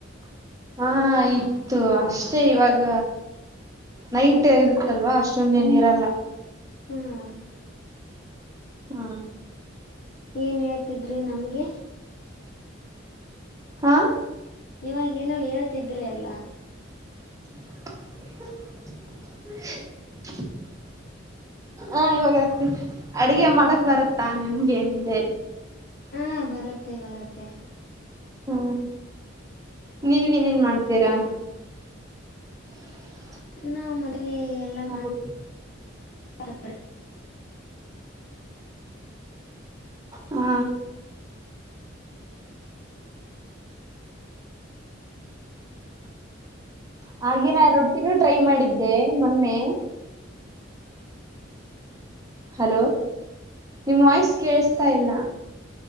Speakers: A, on the right (about 20°); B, on the left (about 50°).
A: ಹಾ ಇತ್ತು ಅಷ್ಟೆ ಇವಾಗ. ನೈಟ್ ಇರುತ್ತಲ್ವಾ ಅಷ್ಟೊಂದೇನೀರಲ್ಲ.
B: ಹ್ಮ್.
A: ಹಾ.
B: ಏನು ಹೇಳ್ತಿದ್ರಿ ನಮ್ಗೆ.
A: ಹಾ.
B: ಇವಾಗೇನೋ ಹೇಳ್ತಿದ್ರಿ ಅಲ್ಲಾ.
A: <inaudible> ಆ ಇವಾಗ ಆಗ್ತತೈತೆ ಅಡ್ಗೇ ಮಾಡಕ್ ಬರತ್ತಾ ನಿಮ್ಗೆ ಅಂದೇ.
B: ಹಾ ಬರತ್ತೆ ಬರುತ್ತೆ.
A: ಹ್ಮ ನೀವ ಏನ್ ಏನ್ ಮಾಡ್ತೀರಾ. <inaudible>
B: ನಾ ಮನೇಲಿ ಎಲ್ಲಾ.
A: ಹೋಗ್ಬಿಟ್ಟು.
B: <unintelligible>
A: ಹಾ. <inaudible> ಹಾಗೆ ನಾ ರೊಟ್ಟಿನೂ ಟ್ರೈ ಮಾಡಿದ್ದೆ ಮೊನ್ನೆ. ಹಲೋ ನಿಮ್ಮ್ ವಾಯ್ಸ್ ಕೇಳಸ್ತ ಇಲ್ಲ